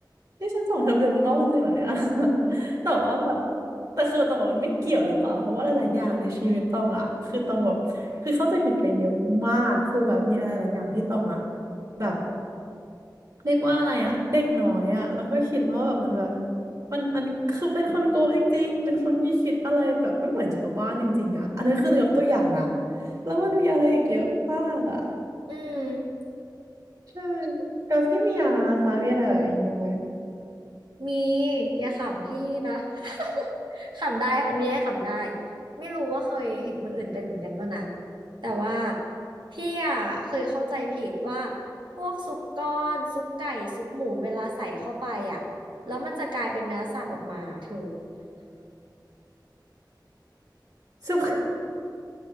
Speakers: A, on the right; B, on the right.
A: นี่ฉันส่งเธอไปเรียนเมืองนอกจริงๆเหรอเนี่ย <laughs> แต่ว่าแบบแต่คือตองบอกมันไม่เกี่ยวหรือเปล่าเพราะว่าหลายๆอย่างในชีวิตตองอ่ะคือตองแบบคือเข้าใจผิดไปเยอะมากคือแบบมีอะไรหลายอย่างที่ตองอ่ะแบบ เรียกว่าอะไรอ่ะเด็กน้อยอ่ะแล้วก็คิดว่าแบบมันแบบมันมันคือเป็นคนโกะจริงๆเป็นคนที่คิดอะไรแบบไม่เหมือนชาวบ้านจริงๆอ่ะอันนี้คือยกตัวอย่างนะแล้วมันมีอะไรอีกเยอะมากอ่ะ
B: อืม
A: ใช่แล้วพี่เมียคะมีอะไรแบบอย่างนี้ไหม
B: มีอย่าขำพี่นะ <laughs> ขำได้ อันนี้ให้ขำได้ไม่รู้ว่าเคยเห็นคนอื่นเป็นเหมือนกันป่ะนะแต่ว่าพี่อ่ะเคยเข้าใจผิดว่าพวกซุปก้อนซุปไก่ซุปหมูเวลาใส่เข้าไปอ่ะแล้วมันจะกลายเป็นเนื้อสัตว์ออกมาเธอ
A: ซุป